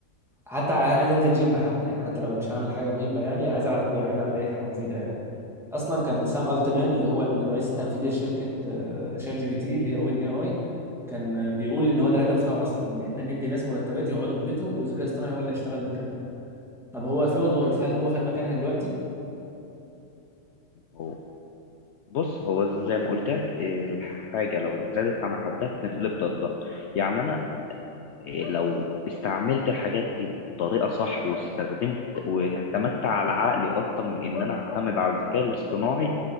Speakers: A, in the centre; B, on the left (about 60°).
A: حتى عايز أنزل جيم حتى يعني حتى لو مش هعمل حاجة مهمة يعني عايز ألعب كورة عايز أعمل أي حاجة مفيدة يعني أصلا كان سام ألتمان اللي هو الرئيس التنفيذي لشركة آه، شات جي بي تي اللي هي أوبن إي آي كان بيقول ان هو ده الهدف بتاعه اصلا ان احنا ندي ناس مرتبات يقعدوا في بيتهم والذكاء الاصطناعي هو اللي هيشتغل مكانهم طب هو في وظائف هل هو خد مكانها دلوقتي؟
B: هو بص هو زي ما قلت لك إيه، الحاجة لو زادت عن حدها بتنقلب ضدها يعني أنا إيه، لو استعملت الحاجات دي بطريقة صح واستخدمت واعتمدت على عقلي أكتر من إن أنا أعتمد على الذكاء الاصطناعي